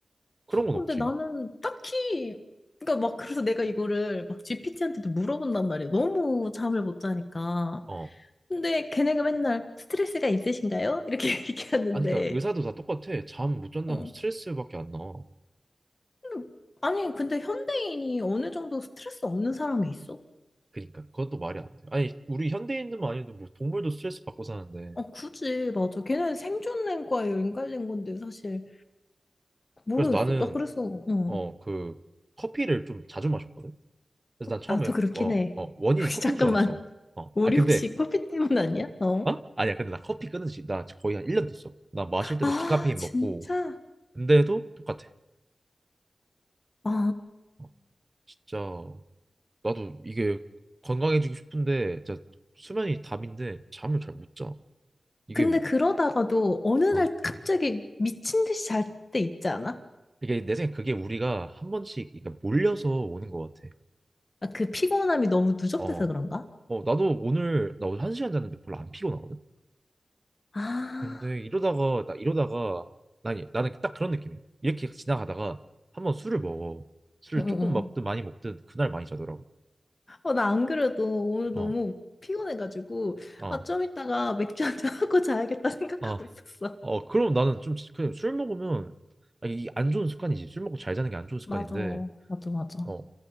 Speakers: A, on the right; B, on the left.
A: 그런 건
B: 근데
A: 없지.
B: 나는 딱히, 그러니까 막, 그래서 내가 이거를 막 GPT한테도 물어본단 말이야. 너무 잠을 못 자니까.
A: 어
B: 근데 걔네가 맨날 스트레스가 있으신가요? 이렇게 <laughs> 얘기하는데,
A: 아니 그러니까 의사도 다 똑같아. 잠 못 잔다면
B: 어.
A: 스트레스밖에 안 나와.
B: 근데 아니, 근데 현대인이 어느 정도 스트레스 없는 사람이 있어?
A: 그니까 그것도 말이 안 돼. 아니 우리 현대인들만 아니어도 뭐 동물도 스트레스 받고 사는데.
B: 어, 굳이, 맞아. 걔네는 생존과에 연관된 건데, 사실. 모르겠어.
A: 그래서 나는
B: 나 그래서, 어.
A: 어 그 커피를 좀 자주 마셨거든. 그래서 난 처음에
B: 나도 그렇긴
A: 어
B: 해.
A: 어 원인이
B: <laughs> 혹시
A: 커피인
B: 잠깐만.
A: 줄 알았어. 어
B: 우리
A: 아 근데
B: 혹시 커피 때문 아니야? 어.
A: 어 아니야 근데 나 커피 끊은 지 나 거의 한 1년 됐어. 나 마실 때도
B: 아,
A: 디카페인
B: 진짜?
A: 먹고 근데도 똑같아.
B: 아.
A: 어, 진짜 나도 이게 건강해지고 싶은데 진짜 수면이 답인데 잠을 잘 못 자. 이게
B: 근데 그러다가도 어느 날
A: 어
B: 갑자기 미친 듯이 잘 때 있지 않아?
A: 이게 내 생각에 그게 우리가 한 번씩 그러니까 몰려서 오는 것 같아.
B: 아, 그 피곤함이 너무 누적돼서
A: 어,
B: 그런가?
A: 어, 나도 오늘, 나 오늘 한 시간 잤는데 별로 안 피곤하거든?
B: 아,
A: 근데 이러다가, 나 이러다가, 나는, 나는 딱 그런 느낌이야. 이렇게 지나가다가 한번 술을 먹어. 술을
B: 응응응.
A: 조금 먹든 많이 먹든 그날 많이 자더라고.
B: 어, 나 안 그래도 오늘
A: 어,
B: 너무 피곤해가지고,
A: 어,
B: 아, 좀 이따가 맥주 한잔 <laughs> 하고 자야겠다 생각하고
A: 어.
B: 있었어.
A: 어, 그럼 나는 좀, 그냥 술 먹으면, 아, 이안 좋은 습관이지. 술 먹고 잘 자는 게 안 좋은 습관인데,
B: 맞아, 맞아, 맞아.
A: 어,